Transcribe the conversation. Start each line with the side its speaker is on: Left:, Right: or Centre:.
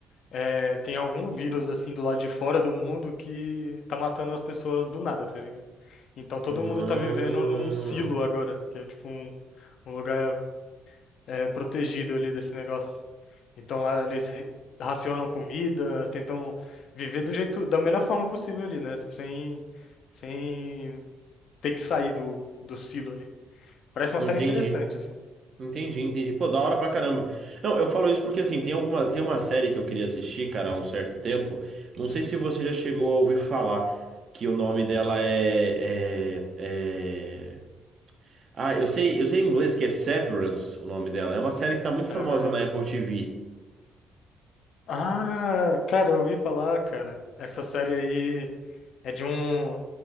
Left: é, tem algum vírus assim do lado de fora do mundo que tá matando as pessoas do nada, tá ligado? Então todo
Right: Ah,
Left: mundo tá vivendo num silo agora, que é tipo um, um lugar é, protegido ali desse negócio. Então lá eles re- racionam comida, tentam viver do jeito, da melhor forma possível ali, né? Sem, sem ter que sair do, do silo ali. Parece uma
Right: entendi.
Left: série interessante, assim.
Right: Entendi, entendi. Pô, da hora pra caramba. Não, eu falo isso porque assim, tem alguma, tem uma série que eu queria assistir, cara, há um certo tempo. Não
Left: Uhum.
Right: sei se você já chegou a ouvir falar que o nome dela é, é, é Ah, eu sei, eu sei em inglês que é Severance o nome dela. É uma série que tá muito
Left: Severance.
Right: famosa na Apple TV.
Left: Ah, cara, eu ouvi falar, cara. Essa série aí é de um.